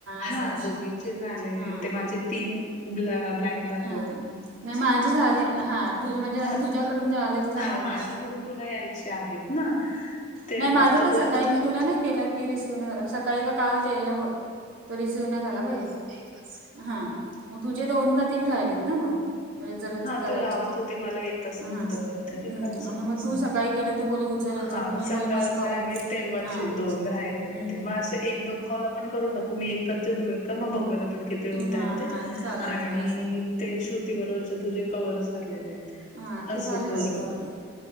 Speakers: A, on the right; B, on the left.
A: असं
B: हा,
A: असं
B: दोघींचे झाले नाही,
A: हा
B: ते माझे तीन ब्ल... ब्लँक दाखव
A: हा... नाई माझे झाले. हा, तुझे म्हणजे, माझे
B: हा
A: तुझ्याकडून जे आले, ते झाले
B: हा
A: नाहीत.
B: माझ्याकडून तुला यायचे आहेत ना तेव्हा
A: नाई... माझं
B: तर
A: पण
B: बोलते
A: सकाळी मी तुला नाई केला की रिसीव्ह नाई झाला, सकाळी का काल केलेला बघ. तो रिसिव्ह नाही झाला बघ एक... हा एक असेल... हा मग तुझे, दोन का तीन राहिलेत ना मग? म्हणजे जर
B: हा
A: करायच्यात
B: तू लावत होती... मला येतच
A: हा
B: नव्हतं, असं काहीतरी
A: हम्म
B: का असं
A: आणि मग तू
B: हं...
A: सकाळी केलं तू बोली उचल उचल
B: हा मग,
A: तुम्ही
B: सकाळचा
A: बोली मला कॉलच
B: आणि
A: नाही
B: तेव्हाचे
A: हा
B: दोन राहिले.
A: हम्म
B: मग
A: हम्म
B: असं, एक दोन कॉल आपण करून टाकू... मी एक करते, तू एक कर... मग बघुयात आपण किती झाले ते होत
A: हा
B: आहेत ते...
A: हा चालेल
B: आणि,
A: चालेल असं
B: ते श्रुती बरोबरचे तुझे कव्हर झालेले हेत.
A: हा ते
B: असं
A: झाले
B: करूया...
A: माझे दहा बरं